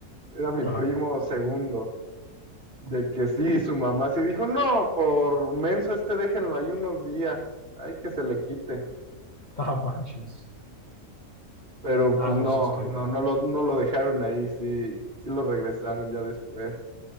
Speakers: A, on the right; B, on the left.
A: era mi
B: Ajá,
A: primo segundo, de que sí, su mamá sí dijo, no, por menso este déjenlo ahí unos días, ay, que se le quite.
B: ah, manches.
A: Pero
B: Ah,
A: pues no,
B: pues es que,
A: no, no lo, no lo dejaron ahí, sí, sí lo regresaron ya después.